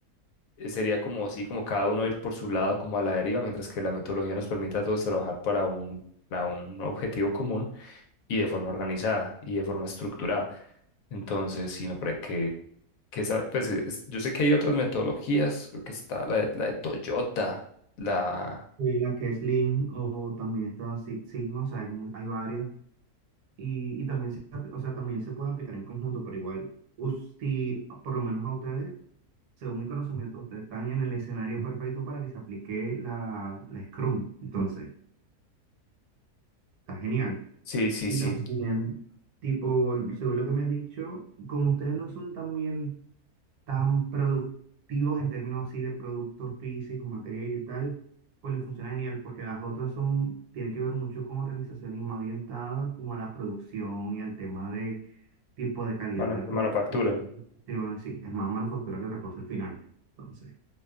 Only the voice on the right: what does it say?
Y la que es Lean o también está Six Sigma, o sea, hay, mu- hay varias. Y, y también se, apl- o sea, también se puede aplicar en conjunto, pero igual, us- si por lo menos a ustedes, según mi conocimiento, ustedes están en el escenario perfecto para que se aplique la, la Scrum. Entonces, Está genial.
Y
también, tipo, según lo que me has dicho, como ustedes no son también tan productivos en términos así de productos físicos, materia y tal, pues les funciona genial porque las otras son, tienen que ver mucho con organizaciones más orientadas como a la producción y al tema de tipo de calidad
de productos.
Sí, bueno, sí, es más manufactura que otra cosa al final. Entonces.